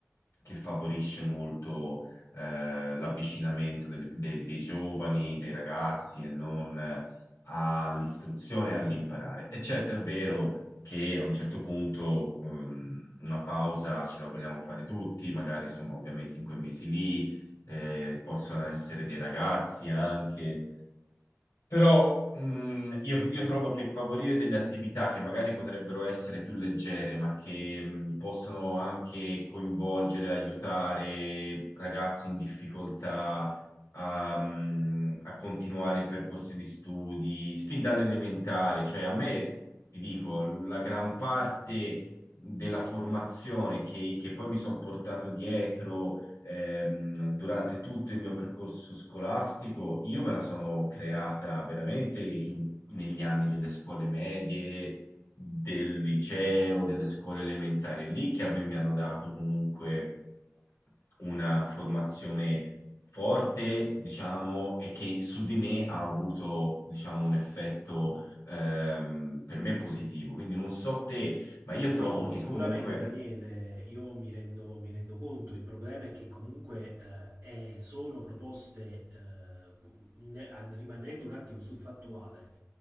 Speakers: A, on the left (about 80°); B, on the right (about 85°).
A: che favorisce molto eh, l'avvicinamento delle- dei, dei giovani, dei ragazzi e non eh, all'istruzione e all'imparare. E certo è vero che a un certo punto ehm, una pausa ce la vogliamo fare tutti, magari insomma ovviamente in quei mesi lì eh, possono essere dei ragazzi anche però mh, io, io trovo che favorire delle attività che magari potrebbero essere più leggere, ma che mh, possono anche coinvolgere, aiutare ragazzi in difficoltà a, mh, a continuare i percorsi di studi, fin dall'elementare, cioè a me, ti dico, la gran parte della formazione che, che poi mi sono portato dietro ehm, durante tutto il mio percorso scolastico, io me la sono creata veramente in- negli anni delle scuole medie, del liceo, delle scuole elementari, È lì che a me mi hanno dato comunque una formazione forte, diciamo, e che su di me ha avuto, diciamo, un effetto ehm, per me positivo. Quindi non so te, ma io
B: No,
A: trovo che
B: sicuramente
A: comunque
B: Daniele, io mi rendo, mi rendo conto, il problema è che comunque eh, è- sono proposte, eh, ne- an- rimanendo un attimo sul fattuale,